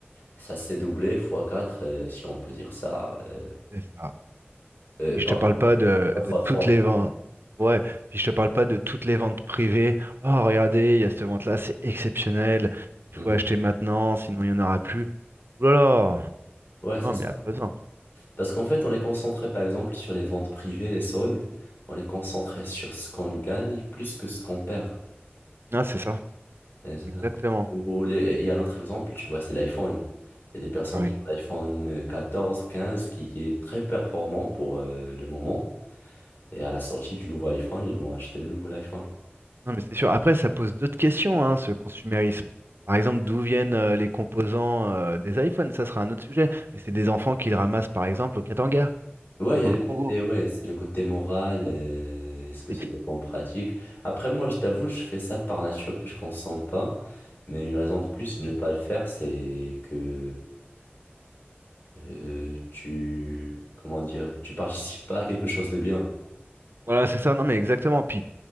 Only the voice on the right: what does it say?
C'est ça.
Puis
je te parle pas de, de
toutes
les
ventes. Ouais, puis je te parle pas de toutes les ventes privées. Oh, regardez, il y a cette vente-là, c'est exceptionnel. Il
faut acheter maintenant, sinon il n'y en aura plus. Ouh là là!
Non,
mais il n'y a pas besoin.
Non, c'est ça.
Exactement.
Ah
oui.
Non, mais c'est sûr. Après, ça pose d'autres questions, hein, ce consumérisme. Par exemple, d'où viennent euh, les composants euh, des iPhones? Ça sera un autre sujet. Mais c'est des enfants qui le ramassent, par exemple, au Katanga,
en-
dans
le
Congo.
Et-
Voilà, c'est ça. Non, mais exactement. Puis